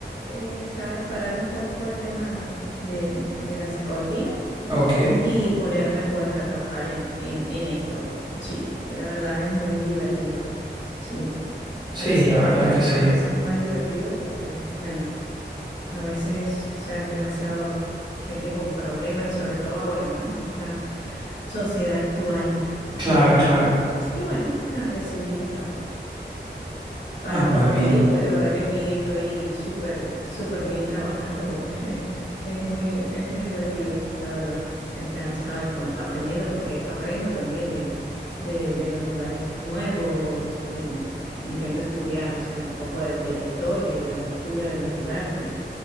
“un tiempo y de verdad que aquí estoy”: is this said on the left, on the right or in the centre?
Left